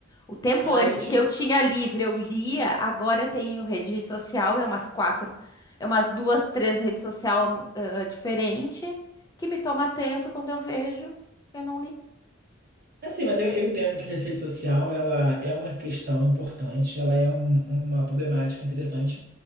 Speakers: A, on the left (about 20°); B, on the right (about 45°).
A: O tempo
B: aí,
A: antes
B: tipo,
A: que eu tinha livre, eu lia, agora eu tenho rede social, é umas quatro, é umas duas, três redes social diferentes, que me toma tempo e quando eu vejo, eu não li.
B: assim, mas eu, eu entendo que a rede social, ela é uma questão importante, ela é um- uma problemática interessante.